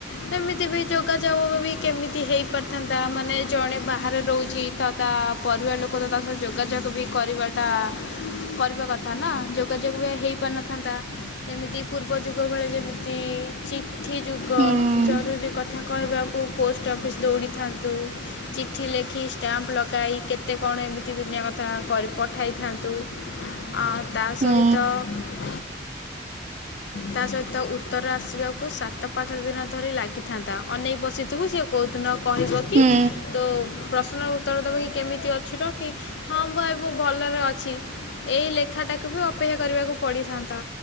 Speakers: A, on the left (about 70°); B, on the right (about 40°).
A: ସେମିତି ବି ଯୋଗାଯୋଗ ବି କେମିତି ହେଇ ପାରିଥାନ୍ତା? ମାନେ ଜଣେ ବାହାରେ ରହୁଛି ତ ତା ପରିବାର ଲୋକ ତ ତା ସହ ଯୋଗାଯୋଗ ବି କରିବାଟା କରିବା କଥା ନା ଯୋଗାଯୋଗ ବି ହେଇପାରିନଥାନ୍ତା । ଯେମିତି ପୂର୍ବ ଯୁଗ ଭଳିଆ ଯେମିତି ଚିଠି ଯୁଗ
B: ହୁଁ
A: ଜରୁରୀ କଥା କହିବାକୁ ପୋଷ୍ଟ ଅଫିସ୍ ଦୌଡ଼ିଥାନ୍ତୁ । ଚିଠି ଲେଖି ଷ୍ଟାମ୍ପ ଲଗାଇ କେତେ କଣ ଏମିତି ଦୁନିଆ କଥା କରି ପଠାଇଥାନ୍ତୁ । ଆଉ ତା
B: ହୁଁ
A: ସହିତ ତା ସହିତ ଉତ୍ତର ଆସିବାକୁ ସାତ ପାଞ୍ଚ ଦିନ ଧରି ଲାଗିଥାନ୍ତା, ଅନେଇ ବସିଥିବୁ ସିଏ କୋଉ ଦିନ କହିବ କି
B: ହୁଁ
A: ତୋ ପ୍ରଶ୍ନର ଉତ୍ତର ଦବ କି କେମିତି ଅଛୁର କି ହଁ ବା ଭଲରେ ଅଛି ଏଇ ଲେଖାଟାକୁ ବି ଅପେକ୍ଷା କରିବାକୁ ପଡ଼ିଥାନ୍ତା